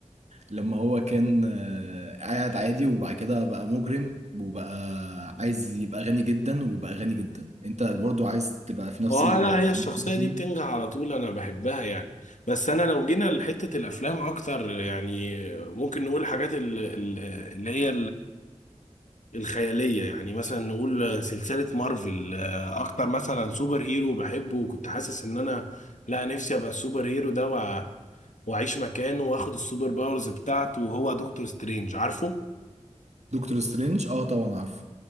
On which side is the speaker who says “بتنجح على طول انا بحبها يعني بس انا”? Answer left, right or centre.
Left